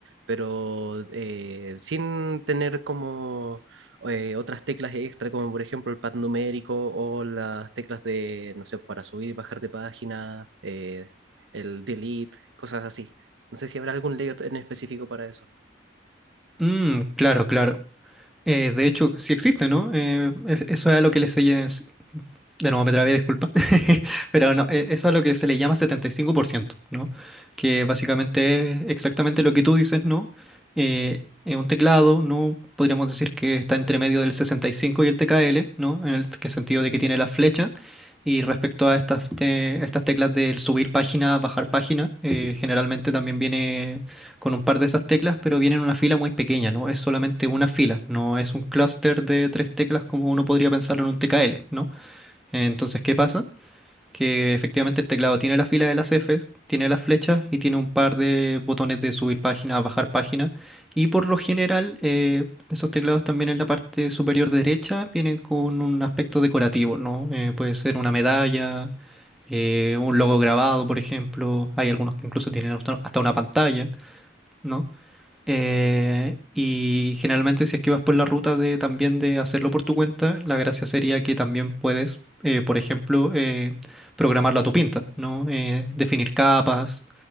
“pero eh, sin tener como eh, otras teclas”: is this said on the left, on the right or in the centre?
Right